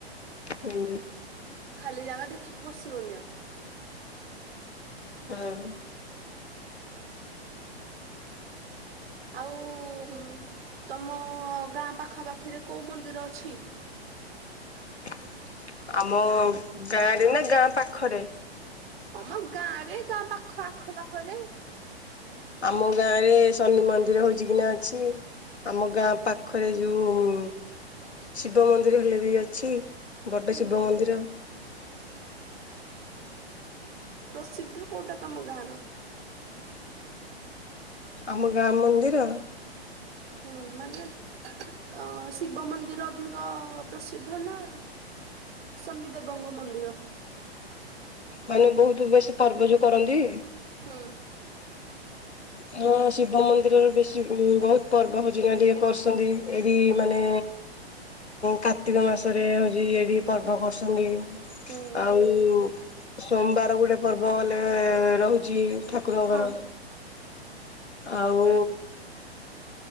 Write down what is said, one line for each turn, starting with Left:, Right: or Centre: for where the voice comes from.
Left: ହୁଁ।
Right: ଖାଲି ଜାଗା ଦେଖିକି ବସିବନି ଆଉ।
Left: ହଁ।
Right: ଆଉ ତମ ଗାଁ ପାଖାପାଖିରେ କୋଉ ମନ୍ଦିର ଅଛି?
Left: <inaudible> ଆମ ଗାଁରେ ନା ଗାଁ ପାଖରେ?
Right: ହଁ ମ ଗାଁ ରେ ଗାଁ ପାଖ ଆଖ ପାଖରେ
Left: ଆମ ଗାଁ ରେ ଶନି ମନ୍ଦିର ହଉଛି କି ନା ଅଛି। ଆମ ଗାଁ ପାଖରେ ଯୋଉ ଶିବ ମନ୍ଦିର ହେଲେ ବି ଅଛି। ବଡ
Right: ହୁଁ
Left: ଶିବ
Right: ହୁଁ
Left: ମନ୍ଦିର।
Right: ପ୍ରସିଦ୍ଧ କୋଉଟା ତମ ଗାଁର?
Left: ଆମ ଗାଁ ମନ୍ଦିର
Right: ହୁଁ ମାନେ ଅ ଶିବ ମନ୍ଦିର ଅଧିକ ପ୍ରସିଦ୍ଧ ନା ସନି ଦେବଙ୍କ ମନ୍ଦିର।
Left: ମାନେ ବହୁତ ବେଶୀ ପର୍ବ ଯଉ କରନ୍ତି।
Right: ହୁଁ।
Left: ହଁ ଶିବ ମନ୍ଦିରରେ ବେଶୀ ବହୁତ ପର୍ବ ହଉଛି ନା ଟିକେ କରୁସନ୍ତି ଏଠି ମାନେ କାର୍ତ୍ତିକ ମାସରେ ହଉଛି ଏଇଠି ପର୍ବ କରୁସନ୍ତି।
Right: ହୁଁ
Left: ଆଉ ସୋମବାର ଗୋଟେ ପର୍ବ ହେଲେ ରହୁଛି। ଠାକୁର
Right: ହଁ
Left: ଘର ଆଉ